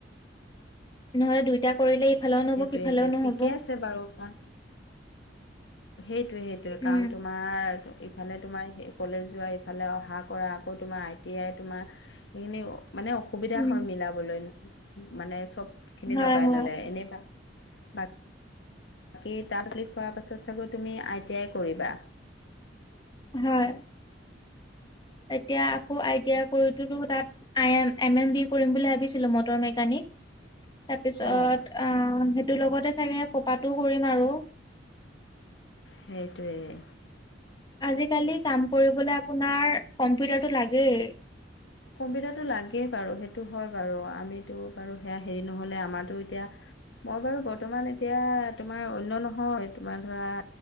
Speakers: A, on the left; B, on the left.
A: নহ'লে দুইটা কৰিলে ইফালেও নহব
B: সেইটোৱে
A: সিফালেও
B: সেইটোৱে
A: নহ'ব।
B: ঠিকে আছে বাৰু কাৰণ সেইটোৱে সেইটোৱে
A: উম
B: কাৰণ তোমাৰ ইফালে তোমাৰ সেই কলেজ যোৱা ইফালে অহা কৰা আকৌ তোমাৰ আই টি আই তোমাৰ সেইখিনি মানে অসুবিধা
A: উম
B: হয় মিলাবলৈ মানে চবখিনি
A: হয়
B: লগাই
A: হয়
B: ল'লে এনে <unintelligible> বাকী তচল খোৱাৰ পাছত চাগৈ তুমি আই টি আই কৰিবা
A: হয় এতিয়া আকৌ আইটি আ কৰিতো তাত I M M M B কৰিম বুলি ভাবিছিলো মটৰ মেকানিক তাৰপিছত
B: অঁ
A: তোৰ লগতে চাগে পপাতটো <unintelligible> কৰিম আৰু
B: সেইটোৱেই।
A: আজিকালি কাম কৰিবলৈ আপোনাৰ কম্পিউটাৰটো লাগেই।
B: কম্পিউতাৰটো লাগেই বাৰু সেইটো হয় বাৰু আমিতো বাৰু সেয়া হেৰি নহ'লে আমাৰতো এতিয়া মই বাৰু বৰ্তমান এতিয়া তোমাৰ অন্য নহয় তোমাৰ ধৰা